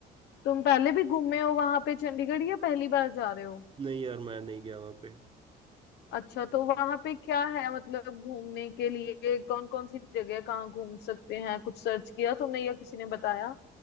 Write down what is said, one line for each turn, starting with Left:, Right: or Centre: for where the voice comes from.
Left: तुम पहले भी घूमे हो वहां पे चंडीगढ़ या पहली बार जा रहे हो
Right: नहीं यार मैं नहीं गया वहाँ पे
Left: अच्छा तो वहां पे क्या है मतलब घूमने के लिए कौन कौन सी जगह है, कहाँ घूम सकते हैं कुछ सर्च किया तुमने या किसी ने बताया